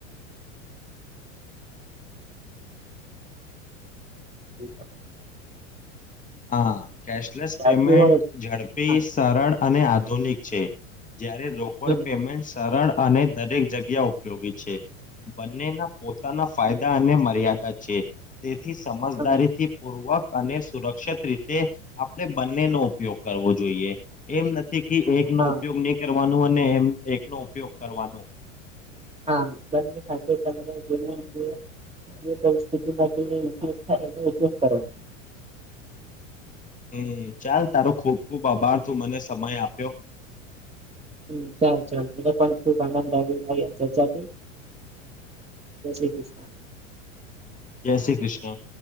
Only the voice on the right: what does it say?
<unintelligible> <unintelligible>
ચાલતું
હોય
હા
હમ
હા
હા
હા બને સાથે <unintelligible> જે પરિસ્થિતિમાં જે ઉપયોગ થાય એનો ઉપયોગ કરવાનો.
હમ્મ, ચાલ ચાલ મને પણ ખુબ આનંદ આવ્યો ચર્ચા થઈ. જય શ્રી કૃષ્ણ.